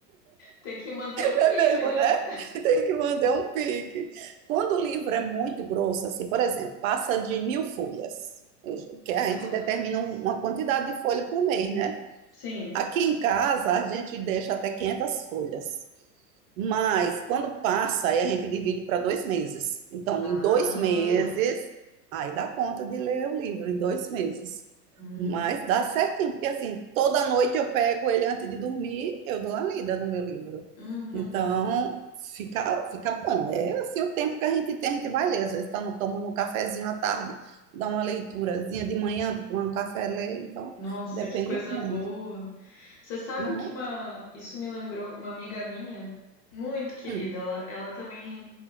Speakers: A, on the left; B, on the right.
A: Tem que manter um pique,
B: É mesmo,
A: né?
B: né? <laughs> Tem que manter um pique. Quando o livro é muito grosso, assim, por exemplo, passa de mil folhas, eu- que a
A: Ah,
B: gente determina
A: sim.
B: um- uma quantidade de folha por mês, né?
A: Sim.
B: Aqui em casa, a gente deixa até 500 folhas. Mas quando passa, aí a gente divide para dois meses. Então,
A: Ah.
B: em dois meses, aí dá conta de ler o livro, em dois meses.
A: hum.
B: Mas dá certinho, porque assim, toda noite eu pego ele antes de dormir, eu dou a lida no meu livro.
A: Uhum.
B: Então, fica, fica bom. É assim, o tempo que a gente tem, a gente vai ler. Às vezes está tomando um cafezinho à tarde, dá uma leiturazinha de manhã, tô tomando café, lê. Então,
A: Nossa,
B: depende
A: que coisa
B: muito,
A: boa. Você sabe
B: não
A: o que
B: é?
A: uma. Isso me lembrou uma amiga minha, muito querida.
B: Hum,
A: Ela, ela também